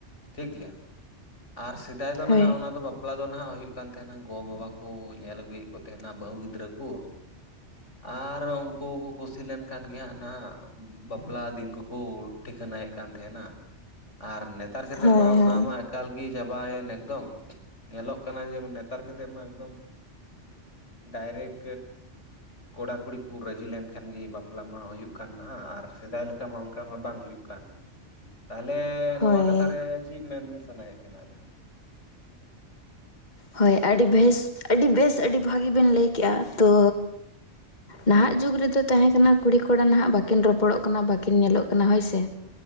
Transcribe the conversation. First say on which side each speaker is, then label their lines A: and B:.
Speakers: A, on the left (about 75°); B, on the left (about 40°).
A: ᱴᱷᱤᱠ ᱜᱮᱭᱟ ᱟᱨ ᱥᱮᱫᱟᱭ ᱫᱚ ᱱᱟᱦᱟᱜ
B: ᱦᱳᱭ
A: ᱚᱱᱟ ᱫᱚ ᱵᱟᱯᱞᱟ ᱫᱚ ᱱᱟᱦᱟᱜ ᱦᱩᱭᱩᱜ ᱠᱟᱱ ᱛᱟᱦᱮᱱᱟ ᱜᱚ ᱵᱟᱵᱟ ᱠᱩ ᱧᱮᱞ ᱟᱹᱜᱩᱭᱮᱫ ᱠᱩ ᱛᱟᱦᱮᱸᱱᱟ ᱵᱟᱹᱦᱩ ᱜᱤᱫᱽᱨᱟᱹ ᱠᱩ ᱟᱨ ᱩᱝᱠᱩ ᱠᱩ ᱠᱩᱥᱤ ᱞᱮᱱᱠᱷᱟᱱ ᱜᱮ ᱦᱟᱸᱜ ᱱᱟᱦᱟᱜ ᱵᱟᱯᱞᱟ ᱫᱤᱱ ᱠᱩ ᱠᱩ ᱴᱷᱤᱠᱟᱹᱱᱟᱭᱮᱫ ᱠᱟᱱ ᱛᱟᱦᱮᱱᱟ ᱟᱨ ᱱᱮᱛ ᱱᱮᱛᱟᱨ ᱠᱟᱛᱮᱜ
B: ᱦᱳᱭ
A: ᱢᱟ ᱚᱱᱟ
B: ᱦᱳᱭ
A: ᱢᱟ ᱮᱠᱟᱞ ᱜᱮ ᱪᱟᱵᱟᱭᱮᱱ ᱮᱠᱫᱚᱢ ᱧᱮᱞᱚᱜ ᱠᱟᱱᱟ ᱡᱮ ᱵᱚᱞᱮ ᱛᱟᱨ ᱠᱟᱛᱮᱫ ᱢᱟ ᱮᱠᱫᱚᱢ ᱰᱟᱭᱨᱮᱴ ᱠᱚᱲᱟ ᱠᱩᱲᱤ ᱠᱚ ᱨᱟᱹᱡᱤ ᱞᱮᱱᱠᱷᱟᱱ ᱜᱮ ᱵᱟᱯᱞᱟ ᱢᱟ ᱦᱩᱭᱩᱜ ᱠᱟᱱ ᱱᱟᱦᱟᱜ ᱟᱨ ᱥᱮᱫᱟᱭ ᱞᱮᱠᱟ ᱢᱟ ᱚᱱᱠᱟ ᱢᱟ ᱵᱟᱝ ᱦᱩᱭᱩᱜ ᱠᱟᱱ᱾ ᱛᱟᱦᱚᱞᱮ
B: ᱦᱳᱭ
A: ᱱᱚᱣᱟ ᱠᱟᱛᱷᱟ ᱨᱮ ᱪᱤᱫ ᱢᱮᱱ ᱥᱟᱱᱟᱭᱮᱫ ᱵᱮᱱᱟ ᱟᱵᱮᱱ
B: ᱦᱳᱭ ᱟᱹᱰᱤ ᱵᱮᱥ ᱟᱹᱰᱤ ᱵᱮᱥ ᱟᱹᱰᱤ ᱵᱷᱟᱹᱜᱤ ᱵᱮᱱ ᱞᱟᱹᱭ ᱠᱮᱜᱼᱟ ᱛᱳ ᱱᱟᱦᱟᱜ ᱡᱩᱜᱽ ᱨᱮᱫᱚ ᱛᱟᱦᱮᱸ ᱠᱟᱱᱟ ᱠᱩᱲᱤ ᱠᱚᱲᱟ ᱱᱟᱦᱟᱜ ᱵᱟᱹᱠᱤᱱ ᱨᱚᱯᱚᱲᱚᱜ ᱠᱟᱱᱟ ᱵᱟᱹᱠᱤᱱ ᱧᱮᱞᱚᱜ ᱠᱟᱱᱟ ᱦᱳᱭ ᱥᱮ